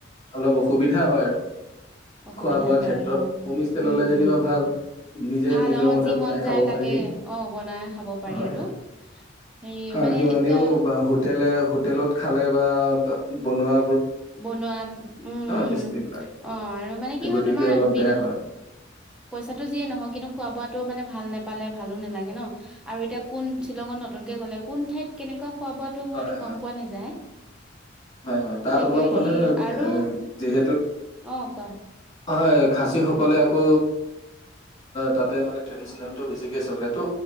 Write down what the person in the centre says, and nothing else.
অসুবিধা
হয়
আৰু অ
উম
উম
ভাল
অ
যি
মন
যায় তাকে
অ বনাই খাব পাৰি
আৰু
হেৰি
মানে
এতিয়া
বনোৱাত উম উম
অ আৰু মানে কি
হয় তোমাৰ
বিল
পইচাটো যিয়ে নহয়, কিন্তু খোৱা বোৱাতো মানে ভাল নোপালে ভালো নালাগে নহ আৰু এতিয়া কোন শ্বিলঙত নতুনকে গ'লে কোন ঠাইত কেনেকুৱা খোৱা বোৱাতো
হয়তো
গম পোৱা নাযায়।
তাকে
হেৰি
আৰু
অ কোৱা